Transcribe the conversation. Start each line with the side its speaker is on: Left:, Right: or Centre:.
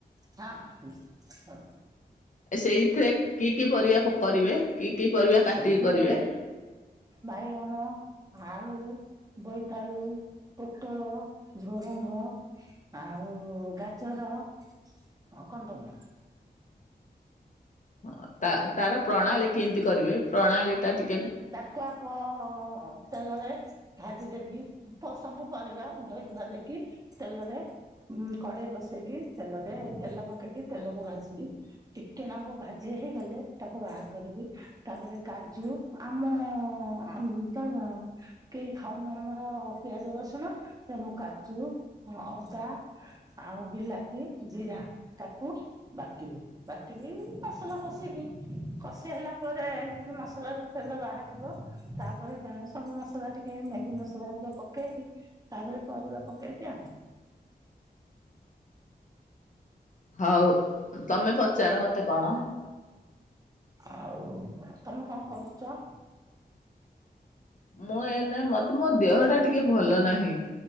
Right: ହଁ ହୁଁ।
Left: ସେଇଥିରେ କି କି ପରିବା କରିବେ କି କି ପରିବା କାଟିକି
Right: ସେଥିରେ
Left: କରିବେ?
Right: ବାଇଗଣ ଆଳୁ ବୋଇତାଳୁ ପୋଟଳ ଝୁଡଙ୍ଗ ଆଉ ଗାଜର ଆ କନ୍ଦମୂଳ।
Left: ହଁ ତା ତାର ପ୍ରଣାଳୀ କିନ୍ତି କରିବେ ପ୍ରଣାଳୀଟା ଟିକ୍
Right: ତାକୁ ଆଗ ତେଲରେ ଭାଜିଦେବି ତ ସବୁ ପରିବା ଧୋଇ ଧୁଆ ଦେଇକି ତେଲରେ ଉ କଡେଇ ବସେଇକି ତେଲରେ ତେଲ ପକେଇକି ତେଲରେ ଭାଜିବି। ଟିକେ ନାଗୁ ଭାଜି ହେଇଗଲେ ତାକୁ ବାହାର କରିବି ତାପରେ କାଜୁ ଆମ ଊଁ ତ କେହି ଖାଉନୁ ଆମର ପିଆଜ ରସୁଣ ତେଣୁ କାଜୁ, ଅଦା ଆଉ ବିଲାତି, ଜିରା ତାକୁ ବାଟିବି ବାଟିକି ମସଲା କଷିକି କଷି ହେଲାପରେ ମସଲା କୁ ତେଲ ବାହାରିବ ତାପରେ ସବୁ ମସଲା ଟିକେ ମ୍ୟାଗି ମସଲା ହରିକା ପକେଇକି ତାପରେ ପରିବା ପକେଇବି ଆଉ।
Left: ହଉ ତମେ ପଚାର ମତେ କଣ?
Right: ଆଉ ତମେ କଣ କରୁଚ?
Left: ମୁଁ ଏ ନେ ମତେ ମୋ ଦେହଟା ଟିକେ ଭଲ ନାହିଁ,